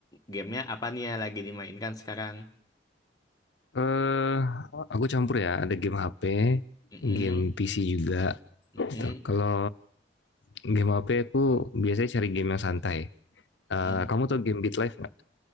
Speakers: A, on the left; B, on the left.
A: gamenya apa nih yang lagi dimainkan sekarang?
B: Eh, aku campur ya. Ada game HP,
A: Mm-mm,
B: game PC juga.
A: mm-mm,
B: Gitu. Kalau game HP aku biasanya cari game yang santai. Eh,
A: mm.
B: kamu tau game Beat Life nggak?